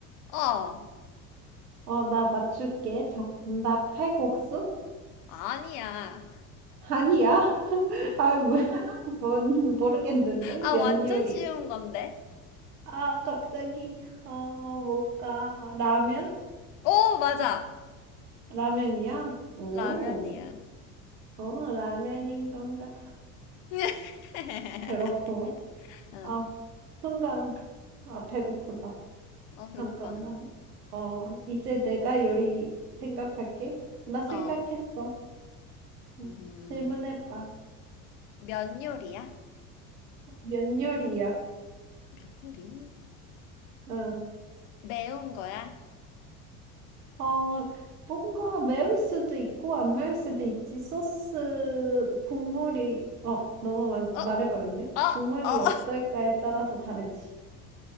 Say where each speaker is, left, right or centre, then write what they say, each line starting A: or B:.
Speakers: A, on the left; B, on the right.
A: 어, 어.
B: 어 나 맞출게 정답 칼국수?
A: 아니야.
B: 아니야? <laughs> 아뭔 모르겠는데
A: 아,
B: 면
A: 완전
B: 요리
A: 쉬운 건데.
B: 아 갑자기 어 뭘까 어, 라면?
A: 오, 맞아.
B: 라면이야? 오,
A: 라면이야.
B: 어 라면인 건가?
A: <laughs>
B: 그렇구만.
A: 어,
B: 아, 순간, 아, 배고프다.
A: 어, 배고파.
B: 잠깐만. 어, 이제 내가 요리 생각할게. 나 생각했어.
A: 어, 어,
B: 응.
A: 음,
B: 질문해봐.
A: 면 요리야?
B: 면 요리야?
A: 면 요리?
B: 응.
A: 매운 거야?
B: 어, 뭔가 매울 수도 있고, 안 매울 수도 있지. 소스, 국물이, 어, 너무 마- 말해버렸네.
A: 어, 어,
B: 국물이
A: 어.
B: 어떨까에 따라서 다르지.